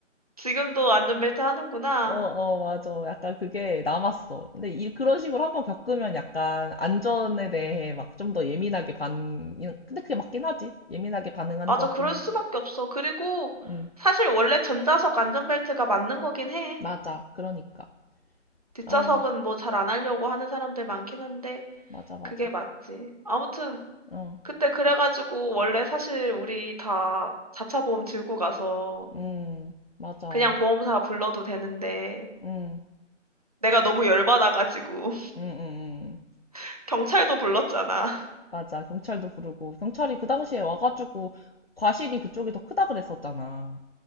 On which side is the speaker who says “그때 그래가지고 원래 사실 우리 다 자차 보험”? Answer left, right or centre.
Right